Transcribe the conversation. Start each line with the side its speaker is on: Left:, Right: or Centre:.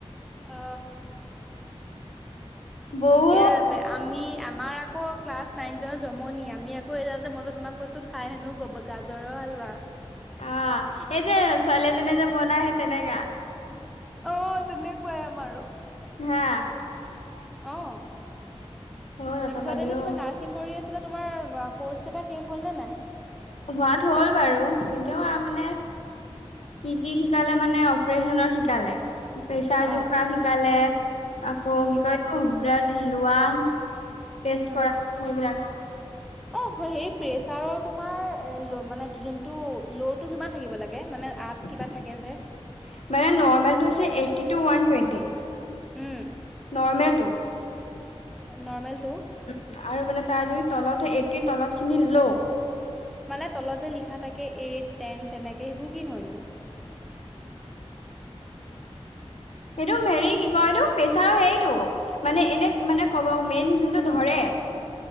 Centre: অ,
Left: বহুত
Centre: ঠিকে আছে। আমি আমাৰ আকৌ ক্লাছ নাইন, টেনত জমনি আমি আকৌ এডাল মইতে তোমাক কৈছো খাই হেনো গাজৰৰ হালোৱা।
Left: অ, এই যে ছোৱালী এজনী যে বনাইহে তেনেকা।
Centre: অ, তেনেকুৱাই আমাৰো আৰু।
Left: হা।
Centre: অ,
Left: অ', ততপালি
Centre: তাৰপিছত এই যে
Left: অ',
Centre: তুমি নাৰছিং কৰি আছিলা। তোমাৰ কৰ্ছ কেইটা শেষ হ'ল নে নাই।
Left: হোৱাদ হ'ল বাৰু এতিয়াও আৰু মানে কি, কি, শিকালে মানে অপচনৰ শিকালে, প্ৰেচাৰ
Centre: অ'।
Left: জোখাৰ শিকালে আকৌ
Centre: উম,
Left: কি কয় বিৰা হিলুৱোৱা। টেষ্ট
Centre: উম।
Left: কৰা সেইবিলাক।
Centre: অ, সেইটো প্ৰেচাৰৰ তোমাৰ মানে যোনটো ল'টো কিমান থাকিব লাগে? মানে আঠ
Left: মানে
Centre: কিবা থাকে যে
Left: নৰ্মেলটো হৈছে এই one twenty
Centre: um.
Left: Normal two.
Centre: Normal.
Left: উ, আৰু মানে তাৰ যদি তলত হয়, এইটি তলত খিনি লও।
Centre: মানে তলত যে লিখা থাকে, এইট টেন তেনেকে সেইবোৰ কি হয়নো।
Left: সেইটো হেৰি কি কয়, এইটো প্ৰেছাৰৰ হেৰিতটো মানে এনে মানে কব মেইন যোনটো ধৰে। উম।